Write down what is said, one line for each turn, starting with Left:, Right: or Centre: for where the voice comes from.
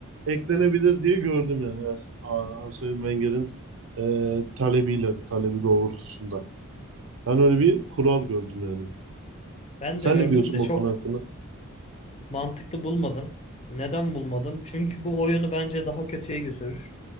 Right: eklenebilir diye gördüm yani Ars- A- Arsene Wenger'in e, talebiyle talebi doğrultusunda. Ben öyle bir kural gördüm yani.
Left: Ben
Right: Sen
Left: de gördüm
Right: ne diyorsun
Left: de
Right: bu
Left: çok
Right: konu hakkında?
Left: mantıklı bulmadım. Neden bulmadım? Çünkü bu oyunu bence daha kötüye götürür.